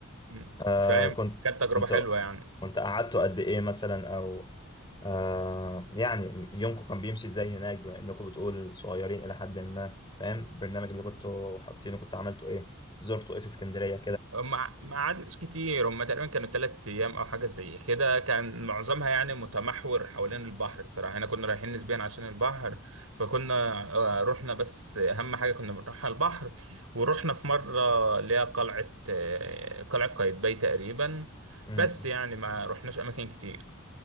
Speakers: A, on the right; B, on the left.
A: م.
B: آه.
A: فاهم
B: كنت
A: كانت تجربة
B: كنت
A: حلوة يعني
B: كنت قعدتوا قد ايه مثلا او آه. يعني يومكم كان بيمشي ازاي هناك بما انكم بتقول صغيرين الى حد ما فاهم البرنامج اللي كنتوا حاطينه كنت عملتوا ايه زرتوا ايه في اسكندرية
A: ما ما قعدناش كتير هم تقريبا كانوا تلات ايام او حاجه زي كده كان معظمها يعني متمحور حوالين البحر الصراحه احنا كنا رايحين نسبيا عشان البحر فكنا آه، رحنا بس اهم حاجه كنا بنروحها البحر ورحنا في مره اللي هي قلعه آه، قلعه قايتباي تقريبا
B: كده
A: بس يعني ما رحناش اماكن كتير